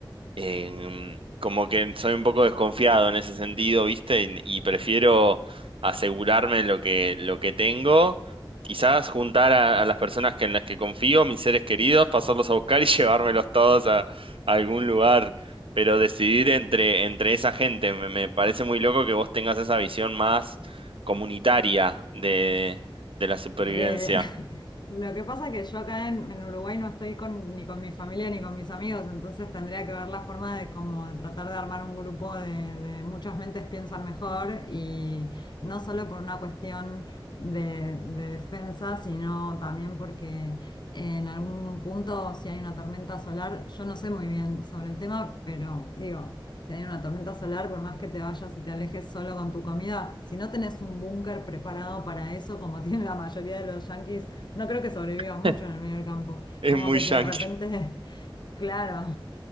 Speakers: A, on the right (about 85°); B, on the left (about 55°).
A: em, como que soy un poco desconfiado en ese sentido, ¿viste? Y, y prefiero asegurarme lo que, lo que tengo, quizás juntar a, a las personas que, en las que confío, mis seres queridos, pasarlos a buscar y <laughs> llevármelos todos a, a algún lugar. Pero decidir entre, entre esa gente, me, me parece muy loco que vos tengas esa visión más comunitaria de, de la supervivencia.
B: Eh, <laughs> lo que pasa es que yo acá en, en Uruguay no estoy con, ni con mi familia ni con mis amigos, entonces tendría que ver la forma de como de tratar de armar un grupo de, de muchas mentes piensan mejor y no solo por una cuestión de, de defensa, sino también porque en algún punto si hay una tormenta solar, yo no sé muy bien sobre el tema, pero digo, Si hay una tormenta solar, por más que te vayas y te alejes solo con tu comida, si no tenés un búnker preparado para eso, como <laughs> tienen la mayoría de los yanquis, no creo que sobreviva
A: <laughs>
B: mucho en el medio del campo.
A: Es
B: Como
A: muy
B: que
A: yankee.
B: si de repente, <laughs> claro,